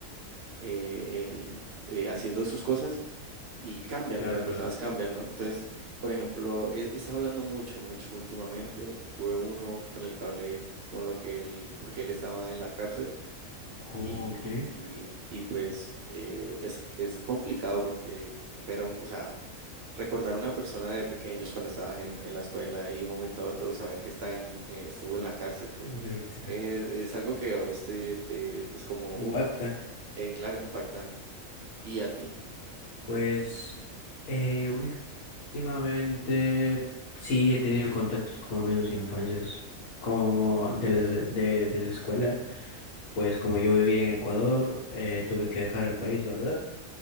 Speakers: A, on the right; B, on the left.
A: eh, eh, eh, haciendo sus cosas y cambian,
B: Claro,
A: las
B: claro.
A: personas cambian, ¿no? Entonces, por ejemplo, he, he estado hablando mucho, mucho últimamente. Tuve uno con el que hablé con lo que él, porque él estaba en la cárcel
B: Oh,
A: y,
B: ok.
A: y- y, pues eh, es, es complicado porque ver a un, o sea, recordar a una persona de pequeños cuando estabas en, en la escuela y de un momento a otro saber que está en, eh, estuvo en la cárcel, pues
B: Literal.
A: es, es algo que a usted te, te- es como, uff,
B: Impacta.
A: claro, es impactante. ¿Y a ti?
B: Pues eh, últimamente sí he tenido contactos con amigos de infancias como de, las de, de la escuela. Pues como yo viví en Ecuador, eh, tuve que dejar el país, ¿verdad?